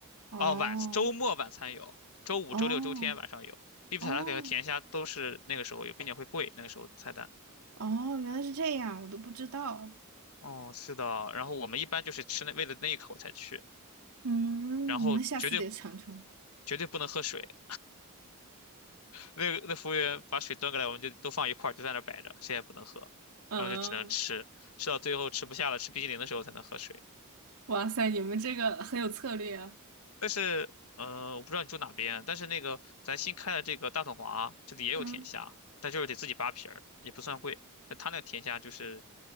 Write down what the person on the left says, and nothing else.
哦，晚周末晚餐有，周五、
周六、周天晚上有。必比塔塔给和甜虾都是那个时候有，
并且会贵，那个时候菜单。
哦，是的，然后我们一般就是吃那为了那一口才去，
然后绝对
绝对不能喝水。那那服务员把水端过来，我们就都放一块儿，就在那儿摆着，谁也不能喝，
然后就只能吃，吃到最后吃不下了，吃冰淇淋的时候才能喝水。
但是，嗯、我不知道你住哪边，但是那个咱新开的这个大统华这里也有甜虾，
但就是得自己扒皮儿，也不算贵。但他那个甜虾就是